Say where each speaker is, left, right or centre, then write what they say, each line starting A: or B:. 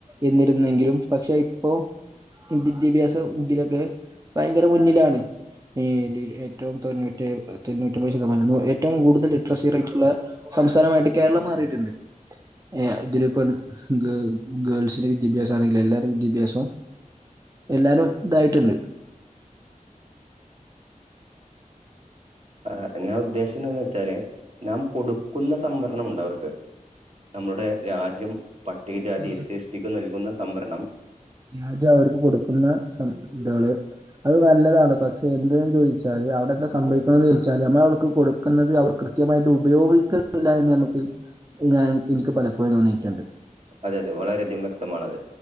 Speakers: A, on the right (about 25°); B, on the right (about 50°).
A: എന്നിരുന്നെങ്കിലും പക്ഷെ ഇപ്പോ വിദ്യാഭ്യാസം ഇതിലൊക്കെ ഭയങ്കര മുന്നിലാണ് ഈ ഏറ്റവും തൊണ്ണൂറ്റേയ് തൊണ്ണൂറ്റിമ്പത് ശതമാനം ഏറ്റവും കൂടുതൽ ലിറ്ററസി റേറ്റ്ള്ളെ സംസ്ഥാനമായിട്ട് കേരളം മാറിട്ട്ണ്ട് ഏ ഇതില് പ്പം ഗേ ഗേൾസിന്റെ വിദ്യാഭ്യാസാണെങ്കിലും എല്ലാരെ വിദ്യാഭ്യാസും എല്ലാരും തായിട്ട്ണ്ട്
B: ആ ഞാ ഉദ്ദേശംന്ന് വെച്ചാല് നാം കൊടുക്കുന്ന സംവരണം ഉണ്ട് അവർക്ക് നമ്മുടെ രാജ്യം പട്ടികജാതി
A: ആ
B: എസ് എ എസ് ടിക്ക് നൽകുന്ന സംവരണം
A: രാജ്യം അവർക്ക് കൊടുക്കുന്ന സം താള് അത് നല്ലതാണ് പക്ഷെ എന്തെന്ന് ചോയ്ച്ചാല് അവിടെന്തെ സംഭവിക്കണംന്ന് ചോയ്ച്ചാല് ഞമ്മള് അവർക്ക് കൊടു ക്കുന്നത് അവർ കൃത്യമായിട്ട് ഉപയോഗിക്കുന്നില്ല ന്ന് നമക്ക് ഞാൻ ഇൻക്ക് പലപ്പഴും തോന്നിട്ട്ണ്ട്
B: അതെ അതെ വളരെയധികം വ്യക്തമാണത്